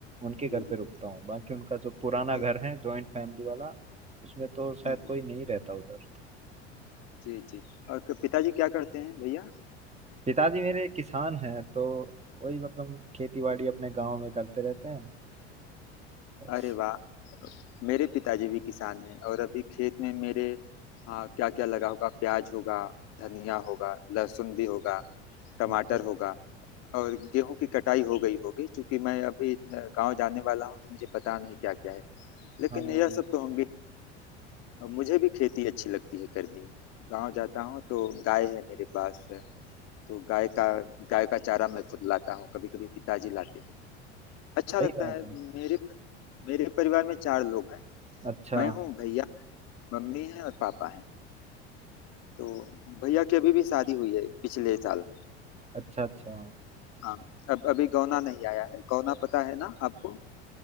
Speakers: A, on the right; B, on the left.
A: उनके घर
B: जी
A: पे
B: जी
A: रुकता हूँ बाकी उनका जो पुराना
B: और
A: घर है जॉइंट फैमिली वाला उसमें तो शायद
B: हम्म,
A: कोई नहीं रहता उधर
B: जी जी और क- पिताजी क्या करते हैं भैया
A: पिताजी मेरे किसान हैं तो वही मतलब खेती बाड़ी अपने गाँव में करते रहते हैं बस
B: अरे वाह मेरे पिताजी भी किसान हैं और अभी खेत में मेरे आ, क्या क्या लगा होगा प्याज होगा धनिया होगा लहसुन भी होगा टमाटर
A: अच्छा
B: होगा और गेहूं की कटाई हो गई होगी क्योंकि मैं अभी गांव जाने वाला हूं तो मुझे पता नहीं क्या क्या है लेकिन
A: हाँ
B: यह सब तो होंगे और मुझे भी खेती अच्छी लगती है करनी गांव जाता हूँ तो गाय है मेरे पास तो गाय का गाय का चारा मैं खुद लाता हूँ कभी कभी पिताजी लाते हैं अच्छा
A: सही
B: लगता
A: बात
B: है
A: है
B: मेरे मेरे परिवार में चार लोग हैं
A: अच्छा
B: मैं हूँ भैया मम्मी है और पापा है तो भैया की अभी भी शादी हुई है पिछले साल
A: अच्छा अच्छा
B: हाँ अब अभी गौना नहीं आया है गौना पता है ना आपको